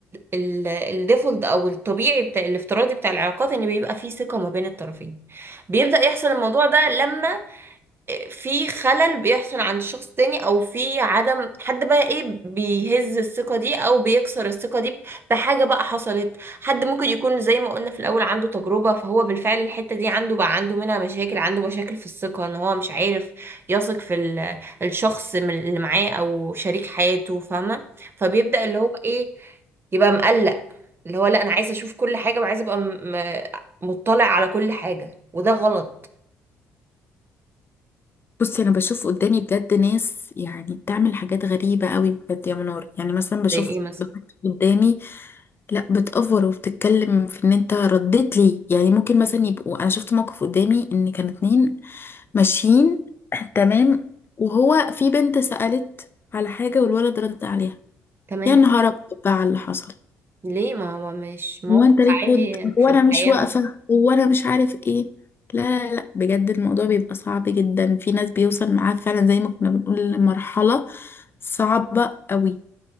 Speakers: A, on the right (about 35°); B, on the left (about 35°).
A: الديفولت او الطبيعي بتاع الافتراضي بتاع العلاقات ان بيبقى فيه ثقة ما بين الطرفين بيبدأ يحصل الموضوع ده لما في خلل بيحصل عند شخص تاني او في عدم حد بقى ايه بيهز الثقة دي او بيكسر الثقة دي بحاجة بقى حصلت حد ممكن يكون زي ما قلنا في الاول عنده تجربة فهو بالفعل الحتة دي عنده بقى عنده منها مشاكل عنده مشاكل في الثقة ان هو مش عارف يثق في ال- الشخص من- اللي معاه او شريك حياته فاهمة فبيبدأ اللي هو ايه يبقى مقلق اللي هو لا انا عايزة اشوف كل حاجة وعايزة ابقى م- م- مطلع على كل حاجة وده غلط
B: بصي انا بشوف قدامي بجد ناس يعني بتعمل حاجات غريبه قوي بجد يا منار يعني مثلا بشوف
A: زي ايه مثلا
B: بنات قدامي لا بتأفور وبتتكلم في ان انت رديت لي يعني ممكن مثلا يبقوا انا شفت موقف قدامي ان كانوا اتنين ماشيين <clears throat> تمام وهو في بنت سألت على حاجه والولد رد عليها
A: تمام
B: يا نهار ابيض بقى على اللي حصل
A: ليه ما هو مش موقف
B: هو انت ليه
A: عادي
B: ترد
A: في
B: هو انا
A: الحياة
B: مش واقفه
A: حصل
B: هو انا مش عارف ايه لا لا لا بجد الموضوع بيبقى صعب جدا في ناس بيوصل معاه فعلا زي ما كنا بنقول لمرحله صعبه قوي